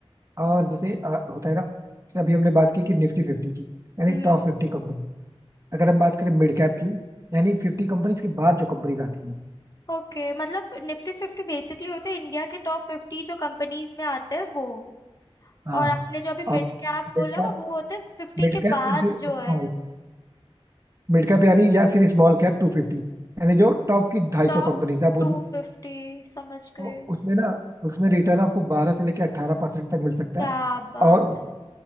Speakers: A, on the right (about 30°); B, on the left (about 35°).
A: और जैसे अ, होता है ना जैसे अभी हमने बात की कि निफ्टी फिफ्टी की यानी
B: हम्म
A: टॉप फिफ्टी कंपनी अगर हम बात करें मिड कैप की यानी फिफ्टी कंपनीज के बाद जो कंपनीज आती हैं
B: ओके मतलब निफ्टी फिफ्टी बेसिकली होते हैं इंडिया के टॉप फिफ्टी जो कंपनीज में आते हैं वो
A: हाँ
B: और आपने जो अभी मिड
A: और
B: कैप बोला
A: मिड कैप
B: वो होते हैं फिफ्टी
A: मिड
B: के
A: कैप
B: बाद
A: या फिर
B: जो
A: स्मॉल
B: है
A: मिड कैप यानी या फिर स्मॉल कैप टू फिफ्टी यानी जो टॉप की ढाई
B: टॉप
A: सौ कंपनीज है आप
B: टू
A: उनमें
B: फिफ्टी समझ गई
A: तो उसमें ना उसमें रिटर्न आपको बारह से लेकर अट्ठारह परसेंट तक मिल सकता
B: क्या
A: है
B: बात
A: और
B: है